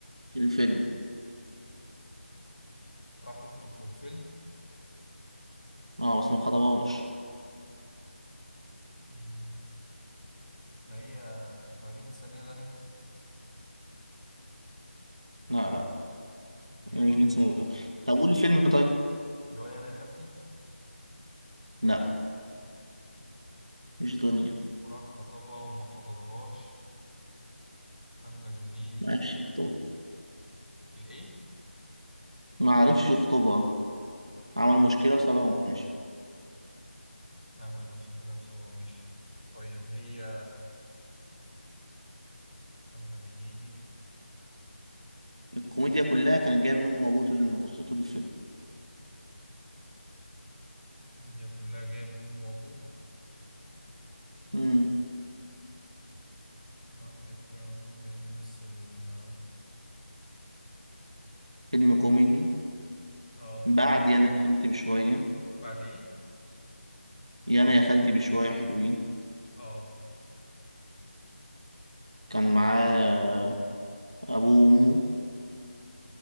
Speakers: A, on the right; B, on the left.
A: في الفيلم
B: راح يخطب في الفيلم
A: اه بس ما خطبهاش
B: مم، ما هي ما بنت سمير غانم
A: لا لا
B: اللي هي
A: هي
B: دنيا
A: مش بنت سنوب طب قول فيلم طيب
B: اللي هو إيه، أنا يا خالتي
A: لا مش دنيا
B: راح خطبها وما خطبهاش محمد هنيدي
A: ما عرفش يخطبها
B: الإيه
A: ما عرفش يخطبها عمل مشكلة وسابها ومشي
B: عمل مشكلة وسوا مش طيب هي محمد هنيدي
A: الكوميديا كلها كانت جاية من أمه وأبوه طول المس- طول الفيلم
B: دي كلها جاية من أمه وأبوه
A: مم.
B: ثم عندك آه، محمد هنيدي يمثل آه
A: فيلم كوميدي
B: آه،
A: بعد يانا يا خالتي بشوية
B: بعد إيه؟
A: يانا يا خالتي بشوية حلوين
B: آه
A: كان معاه أبوه وأمه